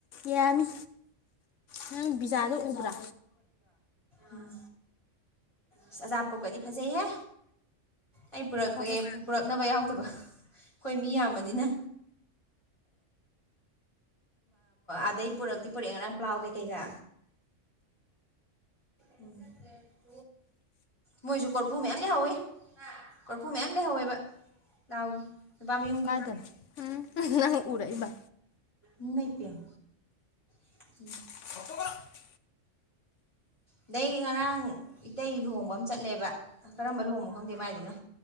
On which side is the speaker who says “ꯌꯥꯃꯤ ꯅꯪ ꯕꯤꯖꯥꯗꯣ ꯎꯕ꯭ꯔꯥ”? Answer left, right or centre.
Left